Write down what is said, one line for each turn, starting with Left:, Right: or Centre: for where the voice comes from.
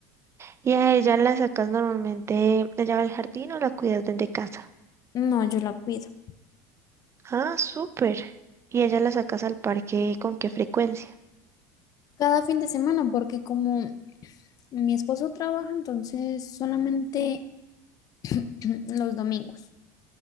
Right: ¿Y a ella la sacas normalmente, ella va al jardín o la cuidas desde casa?
Left: No, yo la cuido.
Right: Ah, súper. ¿Y ella la sacas al parque con qué frecuencia?
Left: Cada fin de semana, porque como mi esposo trabaja, entonces solamente <clears throat> los domingos,